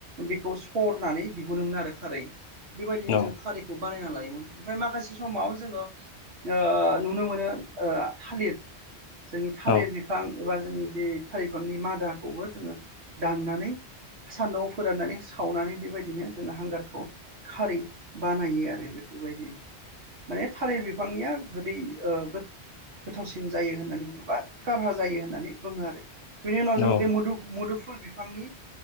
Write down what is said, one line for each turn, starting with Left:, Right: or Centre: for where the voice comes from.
Right: बेखौ सरनानै दिहुनोमोन आरो खारै बेबायदिनो
Left: औ
Right: जों खारैखौ बानायना लायोमोन ओमफ्राय माखासे समाव जोंङो ओ नुनो मोनो ओ थालिर जोंनि थालिर
Left: औ
Right: बिफां एबा जोंनि बे थालिर बिफांनि मादाखौबो जोङो दाननानै सानदुंआव फोराननानै सावनानै बेबायदिनो जोङो हांगारखौ खारै बानायो आरो बेफोरबायदि माने थालिर बिफांनिया गोदै ओ गोथावसिन जायो होननानै बुङोोबा खारहा जायो होननानै बुङो आरो बेनि उनाव जोङो
Left: औ
Right: बे मुदु मुदुफुल बिफांनि